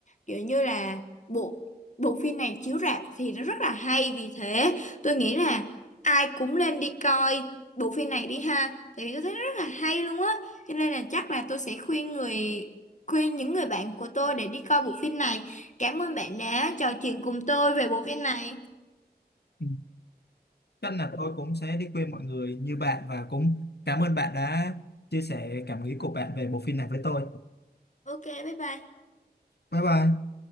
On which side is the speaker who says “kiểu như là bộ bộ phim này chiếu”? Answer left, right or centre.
Left